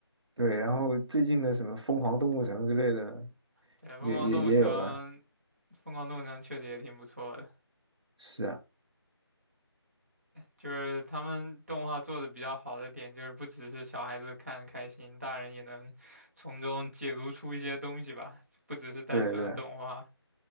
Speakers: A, on the right (about 85°); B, on the right (about 35°).
A: 对，然后最近的什么《疯狂动物城》之类的，
B: 对，
A: 也也也有了。
B: 《疯狂动物城》，《疯狂动物城》确实也挺不错的。
A: 是啊，
B: 就是他们动画做的比较好的点，就是不只是小孩子看开心，大人也能从中解读出一些东西吧，不只是单纯的动画。
A: 对对。